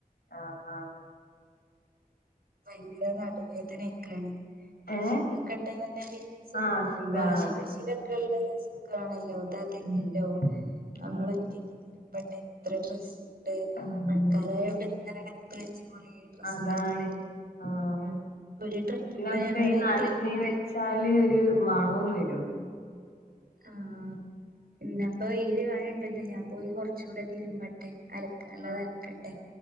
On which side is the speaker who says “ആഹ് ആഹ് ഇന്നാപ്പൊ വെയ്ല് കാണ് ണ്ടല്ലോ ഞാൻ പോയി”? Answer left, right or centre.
Right